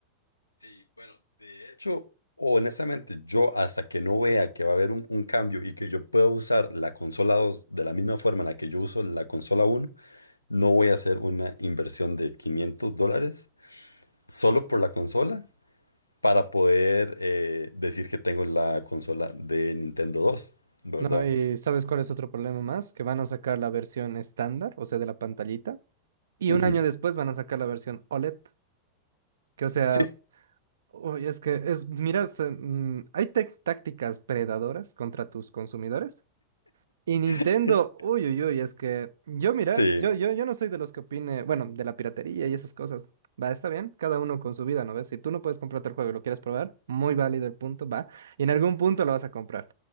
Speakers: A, on the left; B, on the right.
A: Sí, bueno, de hecho, honestamente, yo hasta que no vea que va a haber un, un cambio y que yo pueda usar la consola 2 de la misma forma en la que yo uso la consola uno, no voy a hacer una inversión de 500 dólares solo por la consola para poder eh, decir que tengo la consola de Nintendo dos, ¿verdad?
B: No, y ¿sabes cuál es otro problema más? Que van a sacar la versión estándar, o sea, de la pantallita. Y
A: Ujú.
B: un año después van a sacar la versión OLED, que o sea,
A: Sí,
B: uy, es que es, miras se- mm, hay tec- tácticas predadoras contra tus consumidores. Y Nintendo,
A: <laughs>
B: uy, uy, uy, es que yo, mira,
A: sí,
B: yo, yo, yo no soy de los que opine, bueno, de la piratería y esas cosas. Va, está bien, cada uno con su vida, ¿no ves? Si tú no puedes comprarte el juego y lo quieres probar, muy válido el punto, va. Y en algún punto lo vas a comprar.